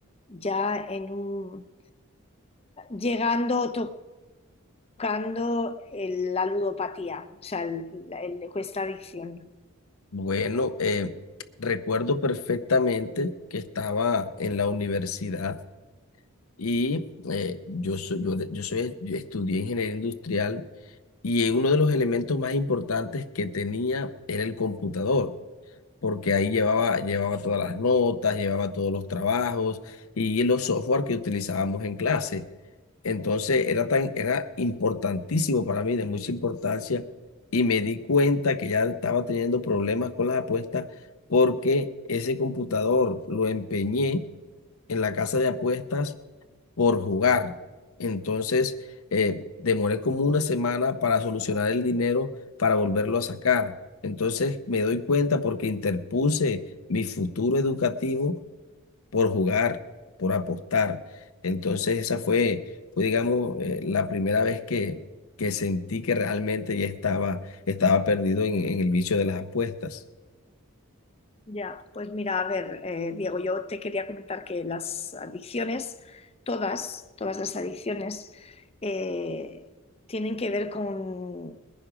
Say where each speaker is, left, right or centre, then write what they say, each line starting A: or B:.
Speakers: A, on the left; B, on the left.
A: ya en un, llegando o tocando el- la ludopatía, o sea, el- la- el- questa adicción?
B: Bueno, eh, recuerdo perfectamente que estaba en la universidad y eh, yo soy, yo, de- yo soy, yo estudié ingeniería industrial y eh, uno de los elementos más importantes que tenía era el computador. porque ahí llevaba, llevaba todas las notas, llevaba todos los trabajos y los software que utilizábamos en clase. Entonces era tan, era importantísimo para mí, de mucha importancia, y me di cuenta que ya estaba teniendo problemas con las apuestas porque ese computador lo empeñé en la casa de apuestas por jugar. Entonces, eh, demoré como una semana para solucionar el dinero para volverlo a sacar. Entonces, me doy cuenta porque interpuse mi futuro educativo por jugar, por apostar. Entonces, esa fue, fue, digamos, eh, la primera vez que, que sentí que realmente ya estaba, estaba perdido en, en el vicio de las apuestas.
A: Ya, pues mira, a ver, eh, Diego, yo te quería comentar que las adicciones, todas, todas las adicciones, eh, tienen que ver con,